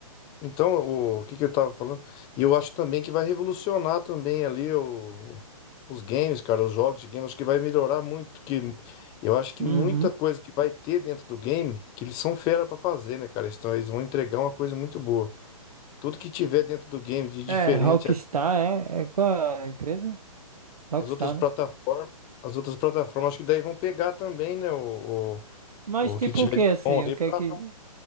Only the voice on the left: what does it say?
Então, o, que que eu tava falando? E eu acho também que vai revolucionar também ali o- os games, cara, os jogos de game, acho que vai melhorar muito, que eu acho que
muita coisa que vai ter dentro do game, que eles são fera pra fazer, né, cara? Eles, tão- eles vão entregar uma coisa muito boa. Tudo que tiver dentro do game de diferente,
as outras plataformas,
as outras plataformas, acho que daí vão pegar também, né, o,
o,
o que tiver
de
bom ali
pra...